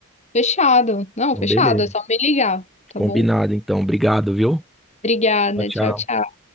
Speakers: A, on the left (about 30°); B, in the centre.
A: Fechado. Não,
B: Então,
A: fechado,
B: beleza.
A: é só me ligar, tá
B: Combinado,
A: bom?
B: então. Obrigado, viu?
A: Obrigada,
B: Tchau, tchau.
A: tchau, tchau.